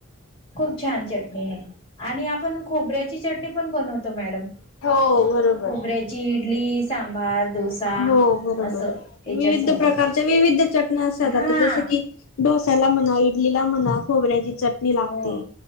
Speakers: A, on the left; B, on the left.
A: खूप छान चटणी आहे आणि आपण खोबऱ्याची चटणी पण बनवतो मॅडम...
B: हो बरोबर...
A: खोबऱ्याची इडली सांबार... डोसा
B: हो बरोबर
A: असं याच्यासोबत
B: विविध प्रकारच्या विविध चटण्या असतात
A: हा
B: आता जस की डोसा.. डोसा ला म्हणा इडली ला म्हणा खोबऱ्याची चटणी लागते
A: हो